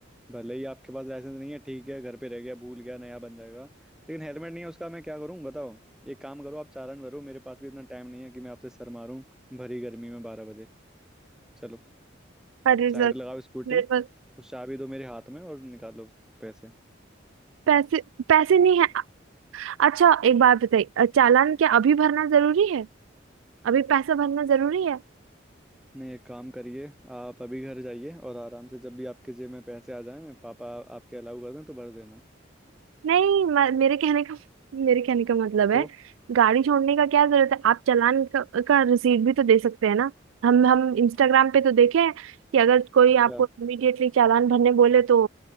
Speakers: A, in the centre; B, on the right.
A: भले ही आपके पास लाइसेंस नहीं है ठीक है घर पे रह गया भूल गया नया बन जाएगा लेकिन हेलमेट नहीं है उसका मैं क्या करूँ बताओ एक काम करो आप चालान भरो मेरे पास भी इतना टाइम नहीं है कि मैं आपसे सर मारूं भरी गर्मी में बारह बजे चलो
B: अरे
A: साइड
B: सर
A: लगाओ स्कूटी
B: मेरे पास
A: उस चाबी दो मेरे हाथ में और निकालो पैसे
B: पैसे पैसे नहीं है अच्छा एक बात बताइए अ, चालान क्या अभी भरना जरूरी है अभी पैसा भरना जरूरी है
A: नहीं एक काम करिए आप अभी घर जाइए और आराम से जब भी आपके जेब में पैसे आ जाएं पापा आपके अलाउ कर दें तो भर देना
B: नहीं म- मेरे कहने का मेरे कहने का मतलब है
A: तो
B: गाड़ी छोड़ने का क्या जरूरत है आप चालान का, का रिसीट भी तो दे सकते हैं ना हम हम इंस्टाग्राम पे तो देखे हैं कि अगर कोई
A: क्या
B: आपको इमीडिएटली चालान भरने बोले तो